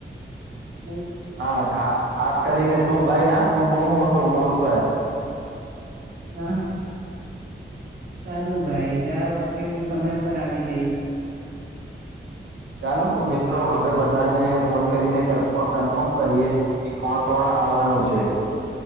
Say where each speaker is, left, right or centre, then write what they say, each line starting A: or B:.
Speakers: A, on the right; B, on the right.
A: હમ
B: હા ખા ખાસ કરીને તું ભાઈ હા તું બહુ મોટું મોડું થાય.
A: હ અ, સારું ભાઈ આ વખતે હું સમય પર આવી જઈશ.
B: ચાલો મિત્રો હવે બધાને ફોન કરીને કર કન્ફર્મ કરીએ, કે કોણ કોણ આવવાનુ છે.